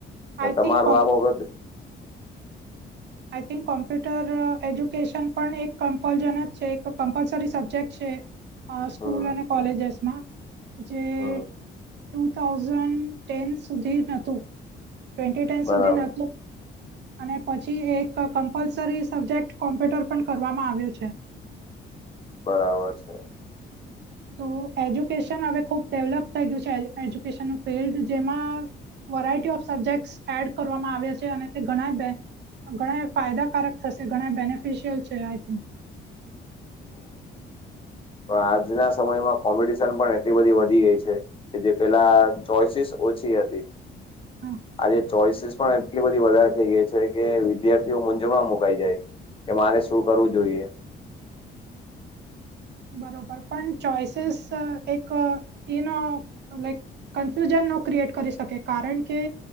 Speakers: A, on the right; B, on the left.
A: આઈ
B: તમારું
A: થિંક
B: આ બાબત -
A: આઈ થિંક કોમ્પ્યુટર એજ્યુકેશન પણ એક કમ્પલજન જ છે, એક કમ્પલસરી સબ્જેક્ટ છે. સ્કૂલ
B: હમ
A: અને કોલેજસમાં જે
B: હમ
A: ટુ થાઉઝન્ડ- ટેન સુધી નતું ટન
B: બરાબર
A: સુધી નતું અને- પછી એક કમ્પલસરી સબ્જેક્ટ કોમ્પ્યુટર પણ કરવામાં આવ્યો છે.
B: બરાબર છે.
A: તો એજ્યુકેશન હવે ખુબ ડેવલપ થઈ ગયું છે, એજ્યુકેશનનું ફિલ્ડ જેમાં- વરાયટી ઓફ સબ્જેક્ટ એડ કરવામાં આવે્યા છે, અને તે ઘણા બે- ઘણા ફાયદાકારક થશે ઘણા બેનિફિશિયલ છે, આઈ થિક-
B: પણ આજના સમયમાં કોમ્પિટિશન પણ એટલી બધી વધી ગઈ છે. કે જે પેલા ચોઈસીસ ઓછી હતી.
A: હા
B: આજે ચોઈસ પણ એટલી બધી વધારે થઈ ગઈ છે, કે વિદ્યાર્થીઓ મૂંઝવણ મુકાઈ જાય. કે મારે શું કરવું જોઈએ,
A: બરોબર પણ ચોઈસીસ એક એનો લાઈક. કન્ફ્યુઝન નો ક્રિએટ કરી શકે કારણ કે,